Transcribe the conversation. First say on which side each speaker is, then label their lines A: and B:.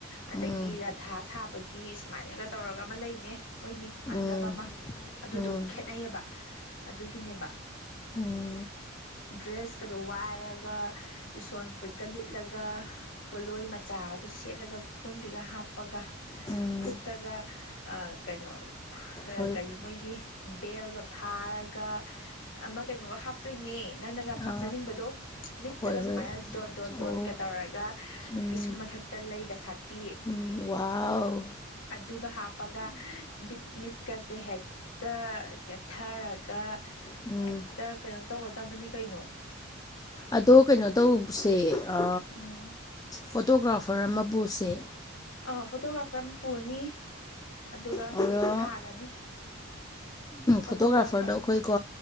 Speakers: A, on the left (about 65°); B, on the left (about 20°).
A: ꯑꯗꯒꯤ
B: ꯎꯝ
A: ꯔꯥꯙꯥ ꯁꯥꯕꯒꯤ ꯁꯨꯃꯥꯏꯅꯒ ꯇꯧꯔꯒ ꯑꯃ ꯂꯩꯅꯦ ꯃꯣꯏꯒꯤ ꯃꯥꯟꯅꯗꯕ
B: ꯎꯝ
A: ꯑꯃ ꯑꯗꯨꯗꯣ
B: ꯎꯝ
A: ꯈꯦꯠꯅꯩꯌꯦꯕ ꯑꯗꯨꯒꯤꯅꯦꯕ
B: ꯎꯝ
A: ꯗ꯭ꯔꯦꯁꯀꯗꯣ ꯋꯥꯏꯔꯒ ꯏꯁꯣꯟ ꯐꯨꯔꯤꯠꯀ ꯂꯤꯠꯂꯒ ꯄꯣꯠꯂꯣꯏ ꯃꯆꯥ ꯑꯗꯨ ꯁꯦꯠꯂꯒ ꯈꯨꯛꯇꯣꯝꯕꯤꯒ ꯍꯥꯞꯄꯒ
B: ꯎꯝ
A: ꯈꯨꯠꯇꯒ ꯑ ꯀꯩꯅꯣ
B: ꯍꯣꯏ
A: ꯀꯔꯤ ꯃꯣꯏꯒꯤ ꯕꯦꯜꯒ ꯐꯥꯔꯒ ꯑꯃ ꯀꯩꯅꯣꯒ ꯍꯥꯞ ꯇꯣꯏꯅꯦ ꯅꯪꯅꯒ
B: ꯑ
A: ꯍꯥꯞꯆꯅꯤꯡꯕꯗꯣ ꯃꯤꯠꯇꯒ
B: ꯍꯣꯏ
A: ꯁꯨꯃꯥꯏꯅ
B: ꯍꯣꯏ
A: ꯗꯣꯠ ꯗꯣꯠ
B: ꯑꯣ
A: ꯗꯣꯠꯀ ꯇꯧꯔꯒ
B: ꯎꯝ
A: ꯄꯤꯁꯨꯝ ꯃꯊꯛꯇ ꯂꯩꯒ ꯁꯥꯠꯄꯤ
B: ꯎꯝ ꯋꯥꯎ
A: ꯑꯗꯨꯒ ꯍꯥꯞꯄꯒ ꯕꯤꯠ ꯃꯤꯠꯀꯁꯦ ꯍꯦꯛ ꯇ ꯀꯦꯠꯊꯔꯒ
B: ꯎꯝ
A: ꯍꯦꯛꯇ ꯀꯩꯅꯣ ꯇꯧꯒꯗꯕꯅꯤ ꯀꯩꯅꯣ
B: ꯑꯗꯣ ꯀꯩꯅꯣ ꯇꯧꯕꯁꯦ ꯑ
A: ꯎꯝ
B: ꯐꯣꯇꯣꯒ꯭ꯔꯥꯐꯔ ꯑꯃ ꯄꯨꯁꯦ
A: ꯑ ꯐꯣꯇꯣꯒ꯭ꯔꯥꯐꯔ ꯑꯃ ꯄꯨꯅꯤ ꯑꯗꯨꯒ
B: ꯑꯗꯣ
A: ꯁꯥꯒꯅꯤ ꯐꯣꯇꯣꯒ꯭ꯔꯥꯐꯔ
B: ꯐꯣꯇꯣꯒ꯭ꯔꯥꯐꯔꯗꯣ ꯑꯈꯣꯏꯀꯣ